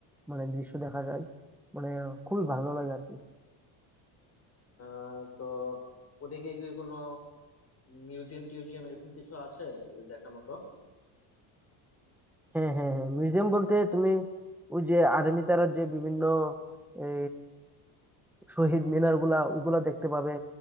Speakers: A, in the centre; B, on the left.
A: মানে দৃশ্য দেখা যায় মানে খুবই ভালো লাগে আর কি
B: আহ তো ওদিকে কি কোনো মিউজিয়াম টিউজিয়াম এরকম কিছু আছে দেখার মতো
A: হ্যাঁ হ্যাঁ হ্যাঁ মিউজিয়াম বলতে তুমি ওই যে আর্মি তারা যে বিভিন্ন এই, শহীদ মিনার গুলা ওইগুলা দেখতে পাবে